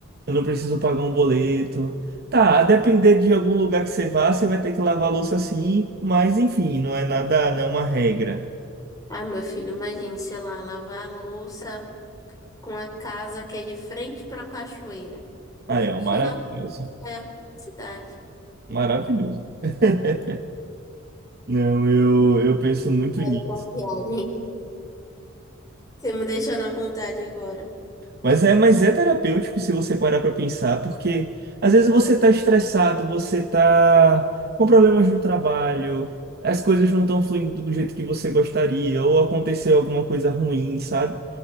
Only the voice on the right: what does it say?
Eu não preciso pagar um boleto. Tá, a depender de algum lugar que você vá, você vai ter que lavar a louça sim, mas enfim, não é nada, não é uma regra.
Ah,
é, é um maravilhoso.
Maravilhoso. <laughs> Não, eu, eu penso muito
nisso.
Mas é, mas é terapêutico se você parar pra pensar, porque às vezes você tá estressado, você tá com problemas no trabalho, as coisas não estão fluindo do jeito que você gostaria, ou aconteceu alguma coisa ruim, sabe?